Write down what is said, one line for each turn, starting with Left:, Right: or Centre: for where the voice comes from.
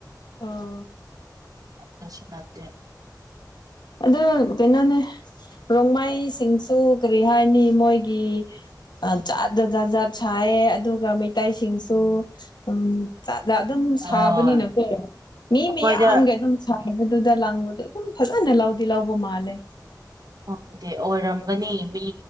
Left: ꯑꯣ
Right: ꯑꯗꯨꯁꯨꯅꯠꯇꯦ
Left: ꯑꯗꯨ ꯀꯩꯅꯣꯅꯦ ꯔꯣꯡꯃꯥꯏ ꯃꯤꯁꯤꯡꯁꯨ ꯀꯔꯤ ꯍꯥꯏꯅꯤ ꯃꯣꯏꯒꯤ ꯆꯥ ꯖ ꯖꯥꯠ ꯖꯥꯠ ꯁꯥꯏꯌꯦ ꯑꯗꯨꯒ ꯃꯩꯇꯩꯁꯤꯡꯁꯨ ꯎ ꯗ ꯑꯗꯨꯝ
Right: ꯍꯣꯏ
Left: ꯁꯥꯕꯅꯤꯅꯀꯣ ꯃꯤ
Right: ꯃꯈꯣꯏꯗ
Left: ꯃꯌꯥꯝꯒꯤ ꯑꯗꯨꯝ ꯁꯥꯕꯗꯨꯗ ꯂꯪꯕꯗꯣ ꯑꯗꯨꯝ ꯐꯖ ꯀꯅꯦ ꯂꯧꯥꯎꯗꯤ ꯂꯧꯎꯕ ꯃꯥꯂꯦ
Right: ꯈꯪꯗꯦ ꯑꯣꯏꯔꯝꯒꯅꯤ ꯃꯤ